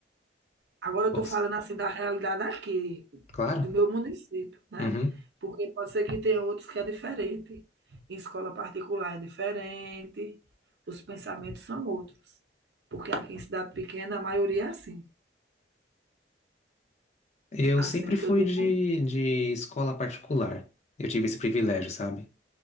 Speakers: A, on the right; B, on the left.
A: Agora eu estou
B: Bolsa.
A: falando assim da realidade aqui,
B: Claro.
A: do meu município, né?
B: Uhum.
A: Porque pode ser que tenha outros que é diferente. Em escola particular é diferente, os pensamentos são outros. Porque aqui em cidade pequena a maioria é assim.
B: Eu
A: Assim
B: sempre fui
A: que eu digo,
B: de, de escola particular. Eu tive esse privilégio, sabe?